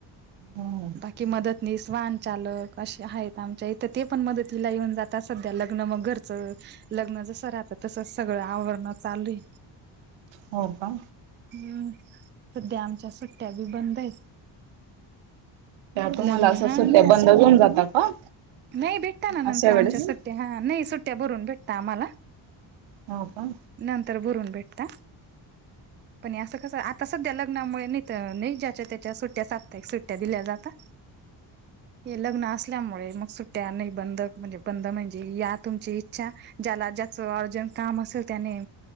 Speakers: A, on the right (about 80°); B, on the right (about 25°).
A: हम्म.
B: बाकी मदतऽ निस वाहन चालक असे आहेत, आमच्या इथं ते पण मदतीला येऊन जातात, सध्या लग्न मग घरचंऽ लग्न जसं राहतं तस सगळं आवरणं चालूये.
A: हो का?
B: हम्म सध्या आमच्या सुट्ट्या बी बंद आहेत.
A: तुम्हाला
B: लग्न
A: असं
B: हा
A: सध्या बंद होऊन जातात का?
B: नाही, भेटता ना
A: अशा
B: नंतर, आमच्या
A: वेळेस?
B: सुट्टया हा नाही सुट्टया भरून भेटत आम्हाला.
A: हो का?
B: नंतर भरून भेटता, पण असं कसऽ सध्या लग्नामुळे नाही तर, नाही ज्याच्या त्याच्या सुट्टया, साप्ताहिक सुट्टया दिल्या जातात. हे लग्न असल्यामुळे मग सुट्ट्या नाही बंंद,, म्हणजे बंद म्हणजे या तुमचीऽ अच्छा, ज्याला ज्याच अर्जंट काम असेल त्याने,